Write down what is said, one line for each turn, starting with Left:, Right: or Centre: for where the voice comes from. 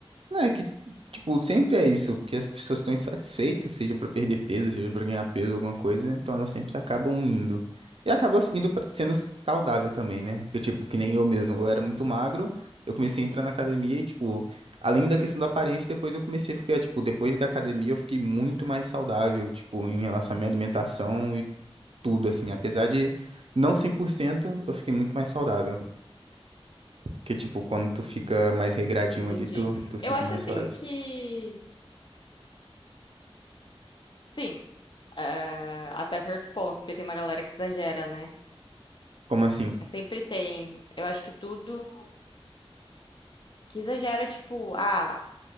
Right: Não, é que, tipo, sempre é isso, porque as pessoas estão insatisfeitas, seja pra perder peso, seja pra ganhar peso, alguma coisa, né? então elas sempre acabam indo. E acaba indo pra- sendo saudável também, né? Eu, tipo, que nem eu mesmo, eu era muito magro, eu comecei a entrar na academia e, tipo, além da questão da aparência, depois eu comecei a ficar, tipo, depois da academia eu fiquei muito mais saudável, tipo, em relação à minha alimentação e tudo, assim, apesar de não 100% eu fiquei muito mais saudável. Porque, tipo, quando tu fica mais regradinho
Left: Entendi.
Right: ali, tu, tu fica
Left: Eu acho
Right: mais
Left: assim
Right: suave.
Left: que. Sim, eh, até certo ponto, porque tem uma galera que exagera, né?
Right: Como assim?
Left: Mas Sempre tem. Eu acho que tudo que exagera, tipo, ah,